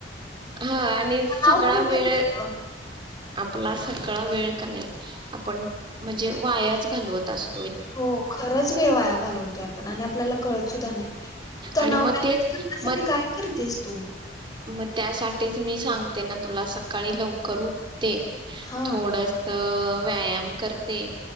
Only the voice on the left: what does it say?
तणाव खूप येतोय
ग.
हो खरंच वेळ वाया घालवतोय आपण आणि आपल्याला कळत सुद्धा नाही तणाव
म <inaudible>
करण्यासाठी
काय करतेस तो
हा